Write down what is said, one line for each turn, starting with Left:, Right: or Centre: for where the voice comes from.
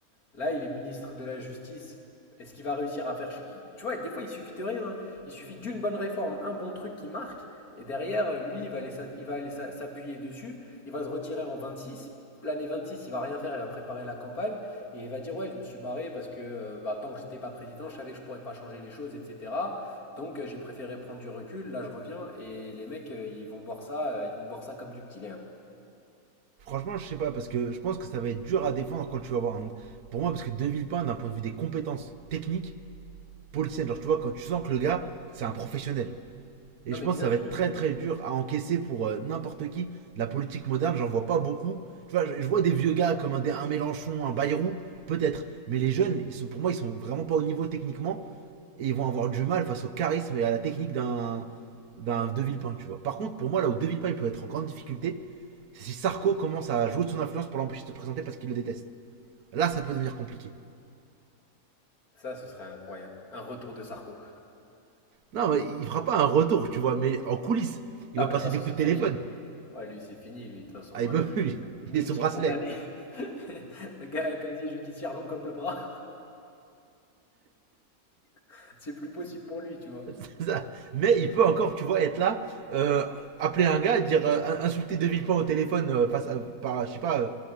Left: Là, il est ministre de la Justice. Est-ce qu'il va réussir à faire... Tu vois, des fois, il suffit de rien. hein. Il suffit d'une bonne réforme, un bon truc qui marque, et derrière, euh, lui, il va aller il va aller s'appuyer dessus, il va se retirer en 26. L'année 26, il va rien faire, il va préparer la campagne, et il va dire, ouais, je me suis barré parce que euh, bah, tant que j'étais pas président, je savais que je pourrais pas changer les choses, etc. Donc euh, j'ai préféré prendre du recul, là je reviens, et les mecs, euh, ils vont boire ça, euh, ils vont boire ça comme du petit lait. hein.
Right: Franchement, je sais pas, parce que je pense que ça va être dur à défendre quand tu vas voir un. Pour moi, parce que De Villepin, d'un point de vue des compétences techniques, politiciennes, genre, tu vois, quand tu sens que le gars, c'est un professionnel. Et
Left: Non
Right: je
Left: mais
Right: pense
Left: bien
Right: que ça
Left: sûr,
Right: va être très très dur à encaisser pour euh, n'importe qui. De la politique moderne, j'en vois pas beaucoup. Tu vois, je, je vois des vieux gars comme un, un Mélenchon, un Bayrou, peut-être. Mais les jeunes, ils sont, pour moi, ils sont vraiment pas au niveau techniquement. Et ils vont avoir du mal face au charisme et à la technique d'un, d'un De Villepin, tu vois. Par contre, pour moi, là où De Villepin il peut être en grande difficulté, c'est si Sarko commence à jouer de son influence pour l'empêcher de se présenter parce qu'il le déteste. Là, ça peut devenir compliqué.
Left: ça ce serait incroyable. Un retour de Sarko.
Right: Non, mais il fera pas un retour, tu vois, mais en coulisses.
Left: Ah
Right: Il va
Left: mais
Right: passer
Left: de toute façon
Right: des coups
Left: c'est
Right: de
Left: fini.
Right: téléphone.
Left: Ouais, lui, c'est fini, lui, de toute façon,
Right: Ah, il
Left: heu,
Right: peut plus.
Left: multi-condamné.
Right: <laughs> Il est sous bracelet.
Left: <laughs> Le gars a un casier judiciaire long comme le bras, <laughs> c'est plus possible pour lui, tu vois?
Right: <laughs> C'est ça. Mais il peut encore, tu vois, être là, euh, appeler un gars et dire euh, insulter De Villepin au téléphone euh, face à, par, je sais pas, euh,